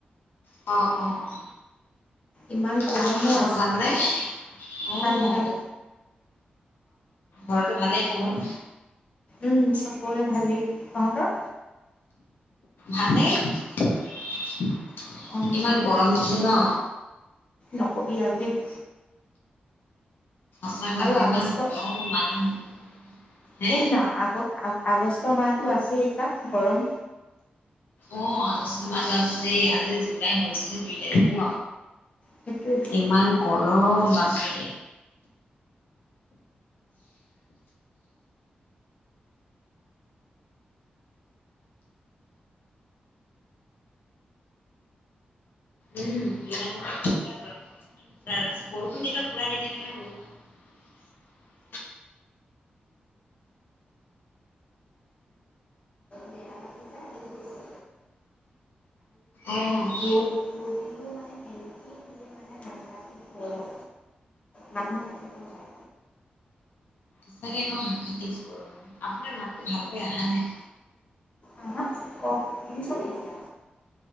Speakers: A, on the left; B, on the left.
A: অ, অ'।
B: ইমান গৰমো
A: বাকী খবৰ
B: আজি।
A: ভালনে? অ' <unintelligible>
B: ভাল ভাল।
A: অ' অ' ঘৰতো ভালেই খবৰ?
B: উম, চবৰে ভালেই৷ তহঁতৰ?
A: ভালেই৷ইমান
B: অঁ,
A: গৰম দিছে ন?
B: নক'বি আৰু দেই৷
A: সচাকৈ
B: আৰু
A: আকৌ
B: আগষ্ট
A: ইমান গৰম মানুহ হে?
B: শুন না আগ আগষ্ট মাহতটো আছে কা গৰম।
A: অ' আগষ্ট মাহতো আছে দেই আজি জুলাই হৈছে দুই তাৰিখ ন?
B: সেইটোৱেতো।
A: ইমান গৰম। বাপৰে। উম, জুলাই মাহত কেনেকুৱা গৰম হ'ব। তাৰপিছত বৰষুণ দিলে পুৰা দি থাকে নহয় বৰষুণ।
B: বেয়া লাগি যায় আৰু বেছি
A: আহ।
B: ৰ'দ ৰ'দ দিলেও মানে এনেকেই দিয়ে মানে ৰাতি ৰাতি গৰম মানুহ থাকিব নোৱাৰে
A: সচাকে একো সাংঘাতিক কৰ। আপোনাৰ মাতটো ভালকৈ অহা নাই।
B: হা হা অঁ শুনিছানে এতিয়া